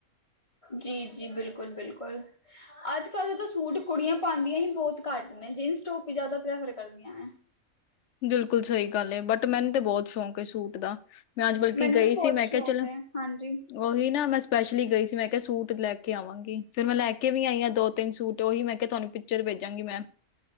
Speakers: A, on the left; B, on the left.
A: ਜੀ ਜੀ ਬਿਲਕੁਲ ਬਿਲਕੁਲ ਅੱਜ ਕੱਲ ਤਾਂ ਸੂਟ ਕੁੜੀਆਂ ਪਾਉਂਦੀਆਂ ਹੀ ਬਹੁਤ ਘੱਟ ਨੇ ਜੀਨਸ ਟੋਪ ਹੀ ਜ਼ਿਆਦਾ ਪ੍ਰੈਫਰ ਕਰਦੀਆਂ ਨੇ
B: ਬਿਲਕੁਲ ਸਹੀ ਗੱਲ ਬਟ ਮੈਨੂੰ ਤਾਂ ਬਹੁਤ ਸ਼ੌਕ ਏ ਸੂਟ ਦਾ ਮੈਂ ਅੱਜ ਬਲਕਿ
A: ਮੈਨੂੰ
B: ਗਈ
A: ਵੀ ਬਹੁਤ
B: ਸੀ ਮੈਂ
A: ਸ਼ੌਕ
B: ਕਿਹਾ ਚਲੋ
A: ਹੈ ਹਾਂਜੀ
B: ਉਹੀ ਨਾ ਮੈਂ ਸਪੈਸ਼ਲੀ ਗਈ ਸੀ ਮੈਂ ਕਿਹਾ ਸੂਟ ਲੈ ਕੇ ਆਵਾਂਗੀ ਫਿਰ ਮੈਂ ਲੈ ਕੇ ਵੀ ਆਈ ਆ ਦੋ ਤਿੰਨ ਸੂਟ ਉਹੀ ਮੈਂ ਕਿਹਾ ਤੁਹਾਨੂੰ ਪਿਚਰ ਭੇਜਾਂਗੀ ਮੈਂ